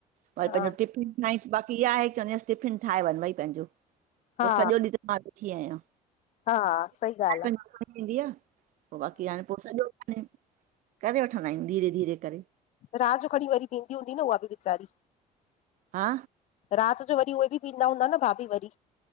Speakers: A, on the right; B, on the left.
A: पर पंहिंजो
B: हा
A: टिफ़िन ठाहंसि, बाक़ी इहा आहे चवंदी आयांसि, टिफ़िन ठाहे वञ भई पंहिंजो,
B: हा
A: पो सॼो ॾींहुं मां ॾुखी आहियां।
B: हा सही ॻाल्
A: पी पेंदी आहे पोइ बाक़ी हाण पोइ सॼो कमु, करे वठंदा आहियूं धीरे- धीरे करे।
B: रात जो खणी वरी वींदी हूंदी न उहा बि वीचारी।
A: हा?
B: राति जो वरी उहे बि पींदा हूंदा न भाभी वरी।